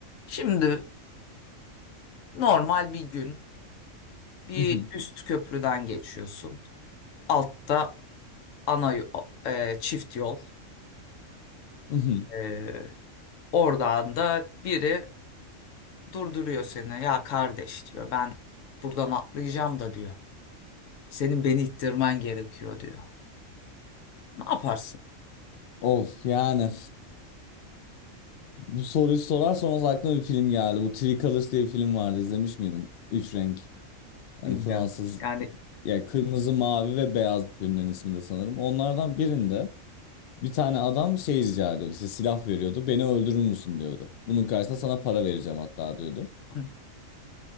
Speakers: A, on the left; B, on the left.
A: Şimdi normal bir gün bir
B: Mhm,
A: üst köprüden geçiyorsun. Altta ana yo- e, çift yol.
B: mhm.
A: E, oradan da biri durduruyor seni. Ya kardeş diyor ben buradan atlayacağım da diyor. Senin beni ittirmen gerekiyor diyor. Ne yaparsın
B: Of yani bu soruyu sorarsan o aklıma bir film geldi. Bu Three Colors diye bir film vardı. izlemiş miydin? Üç renk. Hani
A: bilmiyorum.
B: Fransız
A: Yani
B: ya kırmızı, mavi ve beyaz filmlerin ismi de sanırım. Onlardan birinde bir tane adam şey rica ediyordu. İşte silah veriyordu. Beni öldürür müsün diyordu. Bunun karşısında sana para vereceğim hatta diyordu.
A: hı,